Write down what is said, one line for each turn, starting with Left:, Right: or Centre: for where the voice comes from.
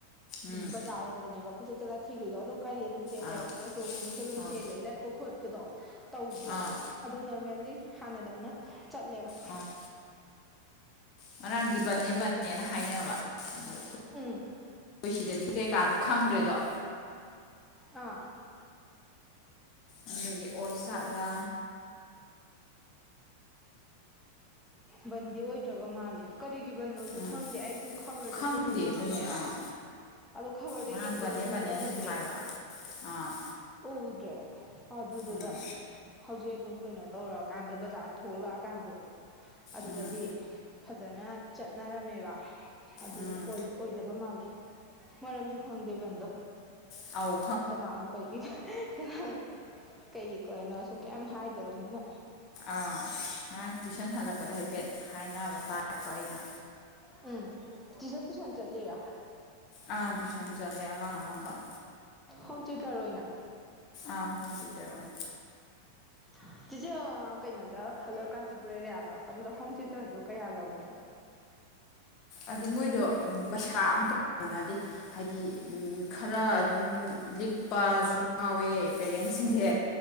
Left: ꯎꯝ
Centre: ꯕꯖꯥꯔꯔꯣꯝꯗꯅꯦꯕꯀꯣ ꯀꯣꯏꯆꯠ ꯆꯠꯂ ꯊꯔꯨꯏꯗꯣ ꯑꯗꯨꯣ ꯒꯥꯔꯤ ꯑꯗꯨꯝ ꯆꯦꯜꯂꯦ
Left: ꯑꯥ
Centre: ꯑꯣꯇꯣꯒꯨꯝꯕꯁꯨ ꯑꯗꯨꯝ
Left: ꯑꯥ
Centre: ꯆꯦꯜꯂꯦ ꯂꯠ ꯆꯣꯠꯄ ꯈꯣꯠꯄꯗꯣ ꯇꯧꯗꯦꯕ
Left: ꯑꯥ
Centre: ꯑꯗꯨꯝ ꯅꯣꯔꯃꯦꯜꯂꯤ ꯍꯥꯟꯅꯗꯧꯅ ꯆꯠꯂꯦꯕ
Left: ꯑꯥ ꯉꯔꯥꯡꯗꯤ ꯕꯟꯅꯦ ꯕꯟꯅꯦꯅ ꯍꯥꯏꯅꯕ ꯑꯗꯨ
Centre: ꯎꯝ
Left: ꯑꯩꯈꯣꯏ ꯁꯤꯗꯗꯤ ꯀꯩꯀꯥꯗ ꯈꯪꯗ꯭ꯔꯦꯗꯣ
Centre: ꯍꯥ
Left: ꯑꯗꯨꯗꯒꯤ ꯑꯣꯏ ꯁꯥꯥꯠꯂꯥ
Centre: ꯕꯟꯗꯤ ꯑꯣꯏꯗ꯭ꯔꯕ ꯃꯥꯜꯂꯦ ꯀꯔꯤꯒꯤ꯫ ꯕꯅꯣꯁꯨ
Left: ꯎꯝ
Centre: ꯈꯪꯗꯦ ꯑꯩꯁꯨ ꯈꯕꯔꯗꯁꯨ
Left: ꯈꯪꯗꯦ
Centre: ꯑꯃꯨꯛ ꯌꯦꯡꯉꯝꯃꯦꯕ
Left: ꯑꯗꯨꯅꯦ ꯑꯥ
Centre: ꯑꯗꯣ ꯈꯕꯔꯗ
Left: ꯉꯔꯥꯡ
Centre: ꯌꯦꯡꯕꯗꯁꯨ
Left: ꯕꯟꯅꯦ
Centre: ꯑꯃꯨꯛ
Left: ꯕꯟꯅꯦꯅ
Centre: ꯎꯗ꯭ꯔꯦ꯫
Left: ꯁꯨꯝ ꯍꯥꯏꯕ ꯑꯥ
Centre: ꯎꯗ꯭ꯔꯦ ꯑꯗꯨꯗꯨꯒ
Left: ꯎꯝ
Centre: ꯍꯧꯖꯤꯛ ꯑꯗꯨꯝ ꯀꯩꯅꯣ ꯇꯧꯔꯛꯑꯀꯥꯟꯗ ꯕꯖꯥꯔ ꯊꯣꯛꯂꯛꯑꯀꯥꯟꯗꯣ ꯑꯗꯨꯗꯗꯤ꯫
Left: ꯎꯝ
Centre: ꯐꯖꯅ ꯆꯠꯅꯔꯝꯃꯦꯕ ꯑꯗꯨ
Left: ꯎꯝ
Centre: ꯑꯣꯏꯗꯕ ꯃꯥꯜꯂꯦ꯫ ꯃꯔꯝꯁꯨ ꯈꯪꯗꯦꯕꯟꯗꯣ꯫
Left: ꯑꯥꯎ
Centre: ꯀꯅꯥꯅ ꯀꯣꯏꯕꯤꯅꯣ ꯀꯅꯥꯅ ꯀꯩꯒꯤ ꯀꯣꯏꯅꯣꯁꯨ ꯀꯌꯥꯝ ꯍꯥꯏꯗꯕꯅꯤꯅ꯫
Left: ꯥ ꯉꯔꯥꯡ ꯇꯨꯏꯁꯟ ꯍꯜꯂꯛꯄꯗ ꯍꯥꯏꯐꯦꯠ ꯍꯥꯏꯅꯕ ꯇꯥꯔꯛꯄ ꯑꯩꯅ
Centre: ꯎꯝ ꯇꯨꯁꯟ ꯇꯨꯏꯁꯟ ꯆꯠꯂꯦꯔꯥ
Left: ꯑꯥ ꯇꯨꯏꯁꯟ ꯆꯠꯂꯦ ꯑꯉꯥꯡ ꯑꯃꯈꯛ
Centre: ꯍꯣꯝꯆꯇ ꯔꯣꯏꯅꯥ
Left: ꯑ ꯍꯣꯨꯝ ꯇꯇ ꯋꯥ
Centre: ꯑꯣ ꯆꯤꯆꯦ ꯀꯩꯅꯣꯗ ꯀꯥꯟꯆꯤꯄꯨꯔ ꯑꯦꯔꯤꯌꯥꯗꯣ ꯑꯗꯨꯗ ꯍꯣꯝ ꯊꯤꯦꯇꯔꯗꯣ ꯀꯌꯥ ꯂꯧꯒꯦ꯫
Left: ꯑꯗꯨ ꯃꯣꯏꯗꯣ ꯄꯩꯁꯥ ꯑꯝ ꯇꯅꯗꯤ ꯍꯥꯏꯗꯤ ꯈꯔ ꯑꯗꯨꯝ ꯂꯤꯛꯄꯁꯨ ꯉꯎꯋꯦ ꯄꯦꯔꯦꯟꯁꯁꯤꯡꯁꯦ꯫